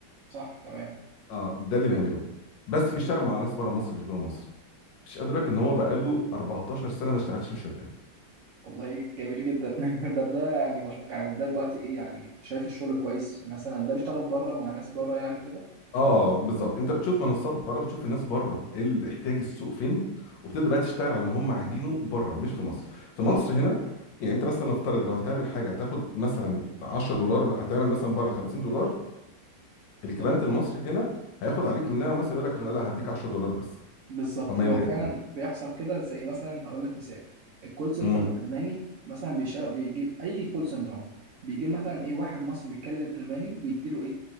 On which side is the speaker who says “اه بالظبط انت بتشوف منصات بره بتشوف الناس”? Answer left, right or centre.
Left